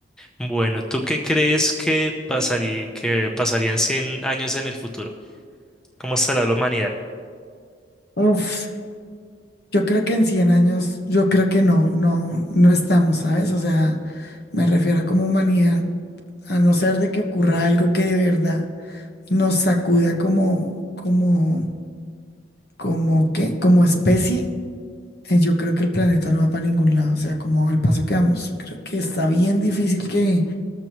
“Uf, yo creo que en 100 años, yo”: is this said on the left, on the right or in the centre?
Left